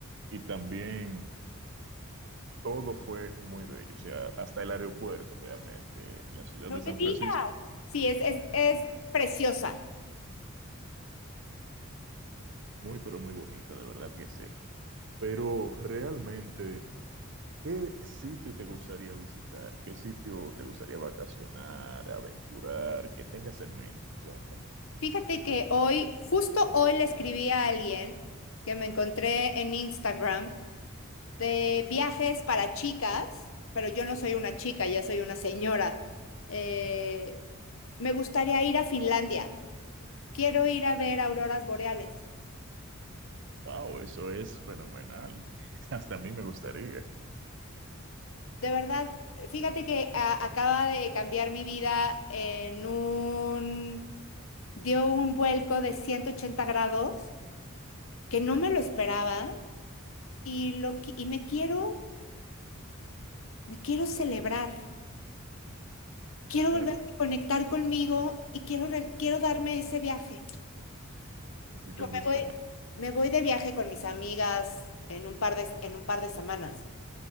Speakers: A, on the right (about 55°); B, on the left (about 65°).
A: Y también todo fue muy bello, o sea, hasta el aeropuerto realmente, la ciudad
B: No
A: de San
B: me digas.
A: Francisco,
B: Sí, es, es, es preciosa.
A: muy pero muy bonita, de verdad que sí. Pero realmente, ¿qué sitio te gustaría visitar? ¿Qué sitio te gustaría vacacionar, aventurar, que tengas en mente? Cuéntame.
B: Fíjate que hoy, justo hoy le escribí a alguien que me encontré en Instagram de viajes para chicas, pero yo no soy una chica, ya soy una señora. Eh, me gustaría ir a Finlandia. Quiero ir a ver auroras boreales.
A: Wow, eso es fenomenal. <laughs> Hasta a mí me gustaría.
B: De verdad, fíjate que a- acaba de cambiar mi vida en un... dio un vuelco de 180 grados que no me lo esperaba y, lo, qui- y me quiero, me quiero celebrar. Quiero
A: Claro,
B: volver a conectar conmigo y quiero, re- quiero darme ese viaje.
A: necesitas
B: Dijo,
A: despejar.
B: Me voy, me voy de viaje con mis amigas en un par de, en un par de semanas.